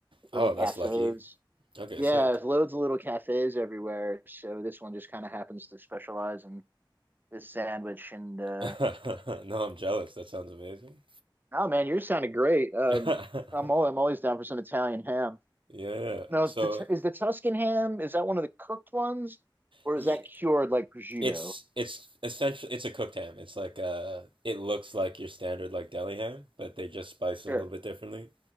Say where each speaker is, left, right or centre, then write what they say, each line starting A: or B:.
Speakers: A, on the right; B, on the right.
A: Oh,
B: little cafes
A: that's lucky. Okay,
B: Yeah,
A: sick.
B: there's loads of little cafes everywhere. So this one just kind of happens to specialize in this sandwich. And uh,
A: <laughs> No, I'm jealous. That sounds amazing.
B: oh man, yours sounded great. Um,
A: <laughs>
B: I'm all, I'm always down for some Italian ham.
A: Yeah.
B: No,
A: So
B: is the is the Tuscan ham? Is that one of the cooked ones, or
A: ye
B: is that cured like prosciutto?
A: it's it's essentially it's a cooked ham. It's like uh it looks like your standard like deli ham, but they just spice it
B: Sure.
A: a little bit differently.